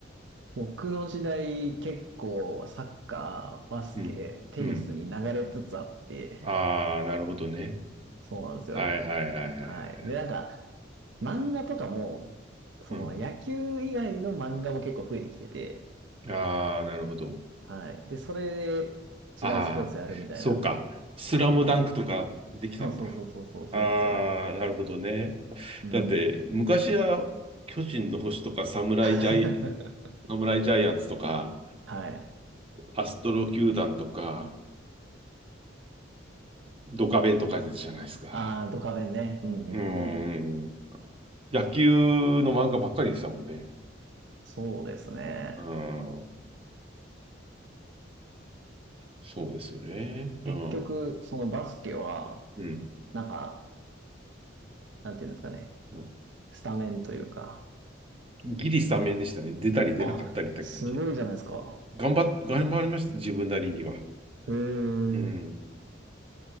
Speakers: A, on the right; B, on the right.
A: 僕の時代結構サッカー、バスケ、
B: うん。
A: テニスに流れつつあって、
B: うん。ああ、なるほどね。
A: そうなんですよ。
B: はいはいはいはいはい。
A: はい。で、なんか、漫画とかも、その野球以外の漫画も結構増えてきてて、
B: うん。ああ、なるほど。
A: はい。で、それで違うスポーツやるみたいな。
B: ああ、そうか。スラムダンクとか出てきたんだ。
A: そうそうそうそうそう、そうなんですよね。
B: ああ、なるほどね。
A: うん。
B: だって、昔は巨人の星とかサムライジャイ、
A: <laughs>
B: サムライジャイアンツとか、
A: はい。
B: アストロ球団とか、ドカベンとかじゃないですか。
A: ああ、ドカベンね。うんうんうん。
B: うーん。野球の漫画ばっかりでしたもんね。
A: そうですね。
B: うん。そうですよね。うん。
A: 結局、そのバスケは、
B: うん。
A: なんか、なんていうんですかね。
B: うん
A: スタメンというか。
B: ギリスタメンでしたね。出たり出なかったりって感じ。
A: あ、すごいじゃないですか。
B: 頑張っ、頑張りました。自分なりには。
A: へえ。
B: うん。